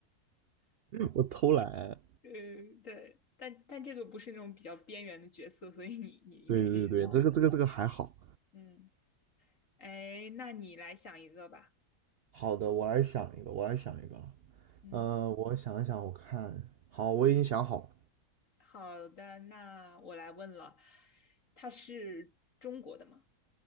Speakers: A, on the right; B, on the left.
A: 我偷懒。
B: <laughs>，呃，对，但但这个不是那种比较边缘的角色，所以你你应该知道。
A: 对对对，这个这个这个还好。
B: 嗯，哎，那你来想一个吧。
A: 好的，我来想一个，我来想一个啊。
B: 嗯，
A: 呃，我想一想，我看，好，我已经想好了。
B: 好的，那我来问了，他是中国的吗？